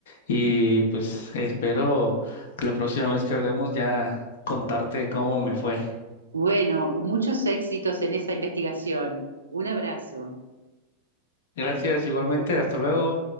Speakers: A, on the left (about 60°); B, on the right (about 80°).
A: y pues espero que la próxima vez que hablemos ya contarte cómo me fue.
B: Bueno, muchos éxitos en esa investigación. Un abrazo.
A: Gracias igualmente, hasta luego.